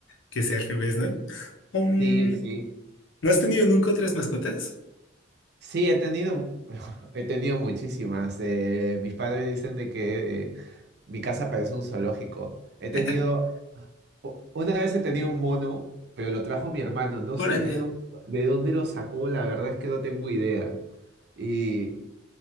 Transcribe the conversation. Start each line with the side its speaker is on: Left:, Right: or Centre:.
Left: Que sea al revés, ¿no? Um,
Right: Sí, sí.
Left: ¿no has tenido nunca otras mascotas?
Right: Sí, he tenido, <laughs> he tenido muchísimas. Eh, mis padres dicen de que eh, mi casa parece un zoológico. He tenido,
Left: <laughs>
Right: u- una vez he tenido un mono, pero lo trajo mi hermano. No
Left: Órale.
Right: sé de dónde, de dónde lo sacó, la verdad es que no tengo idea. Y